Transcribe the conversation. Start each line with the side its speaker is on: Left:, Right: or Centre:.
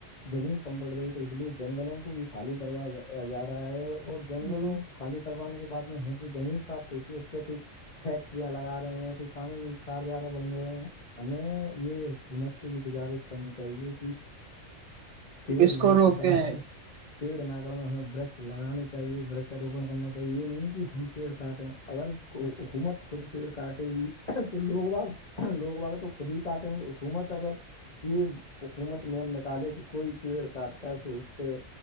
Left: زمین کم پڑ رہی ہے تو اس لیے جنگلوں کو بھی خالی کروایا جا رہا ہے اور جنگلوں
Right: ہیں
Left: خالی کروانے کے بع میں ہمیں جو زمین پراپت ہوتی ہے اس پہ کوئی فیکٹریاں لگا رہے ہیں کوئی قانونی کار جارے بن رہے ہیں ہمیں یہ حکومت سے بھی گزارش کرنی چاہیے کہ پیڑ
Right: اس
Left: نہ
Right: کو روکتے
Left: کٹوائےیں
Right: ہیں
Left: پیڑ نہ ہمیں برچ لگانی چاہیے برچاروپن کرنا چاہیے یہ نہیں کہ ہم پیڑ کاٹیں اگر حکومت خود پیڑ کاٹے گی تو لوگ باغ لوگ بگ تو خود ہی کاٹیں گے حکومت اگر یہ حکومت نے ہم نکالے کہ کوئی پیڑ کاٹتا ہے تو اس پہ